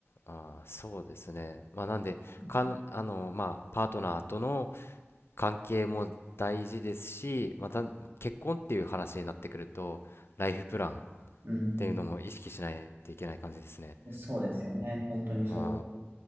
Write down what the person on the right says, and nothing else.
うん
うん。
うんうん
そうですよね。本当にそ